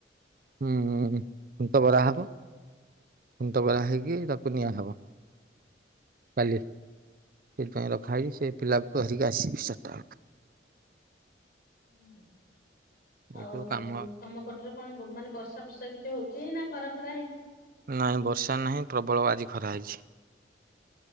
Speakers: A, on the right; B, on the left.
A: ହୁଁ ଖୁଣ୍ଟ ବରା ହବ ଖୁଣ୍ଟ ବରା ହେଇକି ତାକୁ ନିଆହବ। କାଲି ସେଇଥିପାଇଁ ରଖାହେଇଚି ସେ ପିଲାକୁ ଧରିକି ଆସିବି ଚାରଟା ବେଳକୁ।
B: ହୁଁ
A: ଏଇ
B: ଆଉ
A: ସବୁ କାମ
B: ତମ ପଟରେ କଣ ବ ମାନେ ବର୍ଷା ଫର୍ଷା କିଛି ହଉଚି ନା ଖରା ଫରା ହେଇଛି?
A: ନାଇଁ ବର୍ଷା ନାହିଁ ପ୍ରବଳ ଆଜି ଖରା ହେଇଛି।